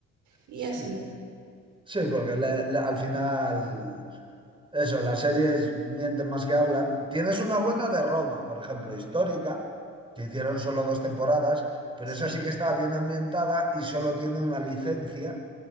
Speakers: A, on the right; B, on the right.
A: Y
B: Sí,
A: así,
B: sí, porque le- le- al final. Eso, las series mienten más que hablan. Tienes una buena de Roma, por ejemplo, histórica, que hicieron solo dos temporadas, pero
A: sí.
B: esa sí que está bien ambientada y solo tiene una licencia,